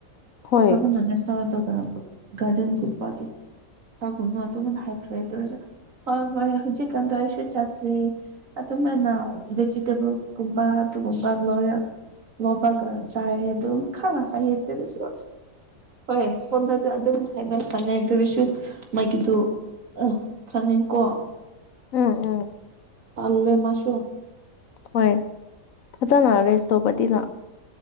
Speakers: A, on the left; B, on the right.
A: ꯍꯣꯏ
B: ꯐꯖꯅ ꯔꯦꯁ ꯇꯧꯑꯣꯗꯣ ꯑꯥ ꯒꯥꯔꯗꯦꯟ ꯒꯨꯝꯕ ꯑꯗꯨ ꯆꯥꯒꯨꯅꯨ ꯑꯗꯨꯃꯥꯏꯅ ꯍꯥꯏꯈ꯭ꯔꯦ ꯑꯗꯨꯑꯣꯢꯔꯖꯨ ꯍꯣꯏ ꯍꯣꯏ ꯍꯧꯖꯤꯛ ꯀꯥꯟꯗꯣ ꯑꯩꯁꯨ ꯆꯥꯗ꯭ꯔꯦ ꯑꯗꯨ ꯑꯗꯨꯃꯥꯏꯅ ꯚꯤꯖꯤꯇꯦꯕꯜꯁ ꯀꯨꯝꯕ ꯑꯗꯨꯒꯨꯝꯕ ꯂꯣꯌꯦꯜ ꯂꯣꯕꯦꯜ ꯀꯥ ꯆꯥꯢꯌꯦ ꯑꯗꯨꯝ ꯈꯔ ꯍꯦꯟꯖꯔꯁꯨ ꯍꯣꯏ ꯍꯦ ꯐꯣꯟꯗꯁꯨ ꯑꯗꯨ ꯑꯗꯨꯝ ꯁꯪꯉꯦ ꯑꯗꯨꯑꯣꯢꯔꯁꯨ ꯃꯥꯒꯤꯗꯨ ꯑꯣ ꯈꯪꯉꯦꯀꯣ
A: INAUDIBLE
B: ꯇꯜꯂꯦ ꯃꯥꯁꯨ
A: ꯍꯣꯏ ꯐꯖꯅ ꯔꯦꯁ ꯇꯧꯕꯗꯤꯅꯥ